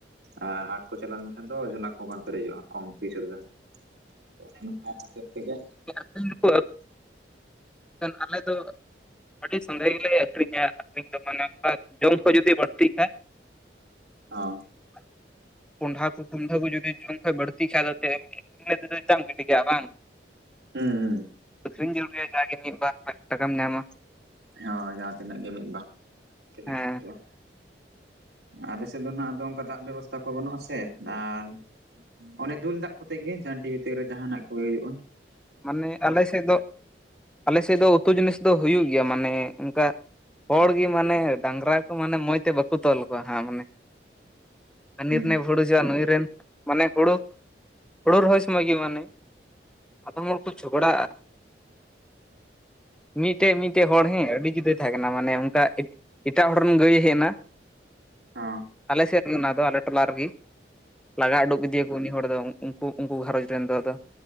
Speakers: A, on the right; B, in the centre.
A: ᱟᱨ ᱦᱟᱴ ᱠᱚ ᱪᱟᱞᱟᱣ ᱞᱮᱱᱠᱷᱟᱱ ᱫᱚ ᱡᱷᱚᱞᱟ ᱠᱚᱦᱚᱸ ᱵᱟᱝ ᱯᱮᱨᱮᱡᱚᱜᱼᱟ ᱠᱚᱢ ᱯᱩᱭᱥᱟᱹ ᱨᱮᱫᱚ ᱾ ᱚᱱᱮ ᱚᱱᱠᱟ ᱠᱷᱟᱹᱛᱤᱨ ᱛᱮᱜᱮ᱾
B: <unintelligible> <inaudible> ᱮᱠᱷᱟᱱ ᱟᱞᱮ ᱫᱚ ᱟᱹᱰᱤ ᱥᱚᱸᱫᱮᱦ ᱜᱮᱞᱮ ᱟᱹᱠᱷᱨᱤᱧᱟ ᱟᱠᱷᱨᱤᱧ ᱫᱚ ᱢᱟᱱᱮ ᱚᱱᱠᱟ ᱡᱚᱢ ᱠᱚ ᱡᱩᱫᱤ ᱵᱟᱹᱲᱛᱤᱜ ᱠᱷᱟᱡ ᱾
A: ᱦᱚ
B: <inaudible> ᱠᱚᱸᱰᱷᱟ ᱠᱚ ᱠᱩᱞᱰᱷᱟᱹ ᱠᱚ ᱡᱩᱫᱤ ᱡᱚᱢ <unintelligible> ᱵᱟᱹᱲᱛᱤᱜ ᱠᱷᱟᱡ ᱟᱫᱚ ᱪᱮᱫ ᱮᱢ ᱤᱱᱟᱹ ᱛᱮᱫᱚ ᱪᱟᱜ ᱮᱢ ᱜᱤᱰ ᱴᱷᱤᱠ ᱜᱮᱭᱟ ᱵᱟᱝ ᱾
A: ᱦᱢ
B: ᱟᱹᱠᱷᱨᱤᱧ ᱡᱟᱹᱨᱩᱲ ᱜᱮᱭᱟ ᱡᱟᱸᱦᱟᱜᱮ ᱢᱤᱫᱵᱟᱨ ᱨᱮᱱᱟᱜ ᱴᱟᱠᱟᱢ ᱧᱟᱢᱟ ᱾
A: ᱦᱳᱭ ᱡᱟᱦᱟᱸ ᱛᱤᱱᱟᱹᱜ ᱜᱮ ᱢᱤᱫ ᱵᱟᱨ <inaudible> ᱛᱤᱱᱟᱹᱜ
B: ᱦᱮᱸ
A: ᱦᱩᱭᱩᱜᱼᱟ᱾ ᱟᱞᱮᱥᱮᱫ ᱫᱚ ᱱᱟᱦᱟᱜ ᱚᱝᱠᱟ ᱫᱟᱜ ᱵᱮᱵᱚᱥᱛᱷᱟ ᱠᱚ ᱵᱟᱹᱱᱩᱜ ᱟᱥᱮ ᱟᱨ ᱚᱱᱮ ᱫᱩᱞ ᱫᱟᱜ ᱠᱚᱛᱮ ᱜᱮ ᱡᱷᱟᱹᱱᱴᱤ ᱵᱷᱤᱛᱤᱨ ᱨᱮ ᱡᱟᱦᱟᱱᱟᱜ ᱠᱚ ᱦᱩᱭᱩᱜᱼᱟ ᱾
B: ᱢᱟᱱᱮ ᱟᱞᱮ ᱥᱮᱫ ᱫᱚ ᱟᱞᱮ ᱥᱮᱫ ᱫᱚ ᱩᱛᱩ ᱡᱤᱱᱤᱥ ᱫᱚ ᱦᱩᱭᱩᱜ ᱜᱮᱭᱟ ᱢᱟᱱᱮ ᱚᱱᱠᱟ ᱦᱚᱲ ᱜᱮ ᱢᱟᱱᱮ ᱰᱟᱝᱨᱟ ᱠᱚ ᱢᱟᱱᱮ ᱢᱚᱸᱡᱽ ᱛᱮ ᱵᱟᱹᱠᱩ ᱛᱚᱞ ᱠᱚᱣᱟ ᱦᱟᱸᱜ ᱢᱟᱱᱮ, ᱦᱟᱹᱱᱤ
A: ᱦᱩᱸ
B: ᱨᱮᱱᱮ <unintelligible> ᱱᱩᱭ ᱨᱮᱱ ᱢᱟᱱᱮ ᱦᱩᱲᱩ ᱦᱩᱲᱩ ᱨᱚᱦᱚᱭ ᱥᱚᱢᱚᱭ ᱜᱮ ᱢᱟᱱᱮ ᱟᱫᱚᱢ ᱦᱚᱲ ᱠᱚ ᱡᱷᱚᱜᱽᱲᱟᱜᱼᱟ, ᱢᱤᱫᱴᱮᱡ ᱢᱤᱫᱴᱮᱡ ᱦᱚᱲ ᱦᱮᱸ ᱟᱹᱰᱤ ᱡᱩᱫᱟᱹᱭ ᱛᱟᱦᱮᱸ ᱠᱟᱱᱟ ᱢᱟᱱᱮ ᱚᱱᱠᱟ ᱮᱴᱟᱜ ᱦᱚᱲ ᱨᱮᱱ ᱜᱟᱹᱭ ᱦᱮᱡ ᱮᱱᱟ
A: ᱦᱟᱸ
B: ᱟᱞᱮ ᱥᱮᱫ ᱨᱮᱜᱮ ᱚᱱᱟ ᱫᱚ ᱟᱞᱮ ᱴᱚᱞᱟ ᱨᱮᱜᱮ ᱞᱟᱜᱟ ᱩᱰᱩᱠ ᱠᱤᱫᱤᱭᱟᱠᱚ ᱩᱱᱤ ᱦᱚᱲ ᱫᱚ ᱩᱱᱠᱩ ᱩᱱᱠᱩ ᱜᱷᱟᱨᱚᱧᱡᱽ ᱨᱮᱱ ᱫᱚ ᱟᱫᱚ